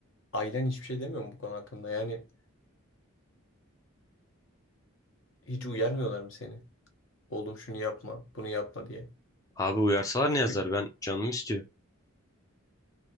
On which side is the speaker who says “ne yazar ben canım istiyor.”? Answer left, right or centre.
Left